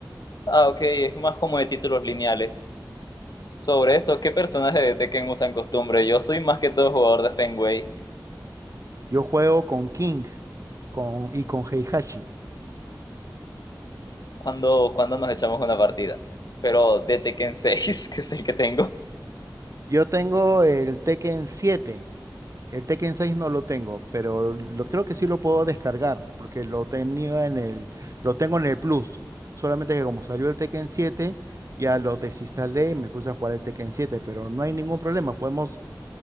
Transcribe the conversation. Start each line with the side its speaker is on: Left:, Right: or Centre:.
Left: Ah, ok, es más como de títulos lineales. Sobre eso, ¿qué personaje de Tekken usan costumbre? Yo soy más que todo jugador de Fenway.
Right: Yo juego con King con, y con Heihachi.
Left: cuando cuando nos echamos una partida? Pero de Tekken 6, <laughs> que es el que tengo,
Right: Yo tengo el Tekken siete El Tekken seis no lo tengo, pero lo creo que sí lo puedo descargar, porque lo tenía en el, lo tengo en el Plus. Solamente que como salió el Tekken siete ya lo desinstalé y me puse a jugar el Tekken siete pero no hay ningún problema. Podemos